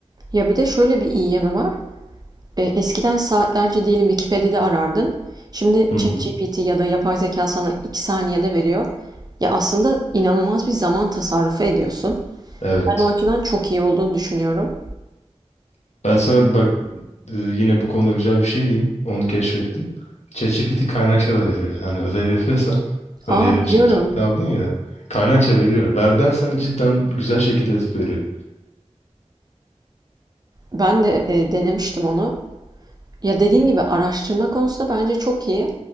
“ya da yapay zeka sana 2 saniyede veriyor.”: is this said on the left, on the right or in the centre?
Right